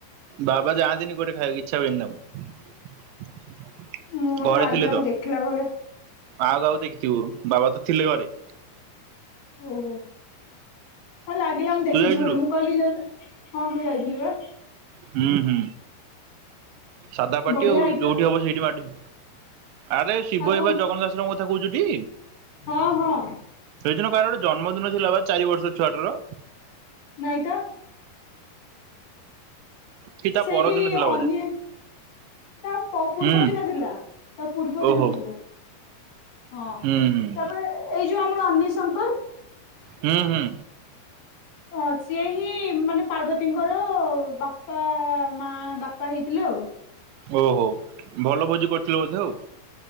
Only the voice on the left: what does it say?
ମୁଁ ମୋତେ
ଲାଗିଲା
ମୁଁ ଦେଖିଲା ଭଳିଆ।
ଓହୋ! ହଁ ଲାଗିଲା ମୁଁ ଦେଖିଛି
ବୋଲି। ମୁଁ କହିଲି ଜଲ ହଁ ମୁଁ ଯାଇଥିଲି ବା।
ବଢିଆ
ଆଇଟମ
ଆଉ କଣ
ହଁ ହଁ।
ନାଇ ତ।
ସେଇଠି
ଅନ୍ୟ
ତା ପ ପୂର୍ବ
ଦିନ ଥିଲା। ତା ପୂର୍ବ
ଦିନ ଥିଲା। ହଁ
ତାପରେ ଏଇ ଯୋଉ ଆମର ଅନିସମ୍ <unintelligible>
ହଁ ସିଏ ହିଁ ମାନେ ପାର୍ବତୀଙ୍କର ବାପା ମା ବାପା ହେଇଥିଲେ ଆଉ।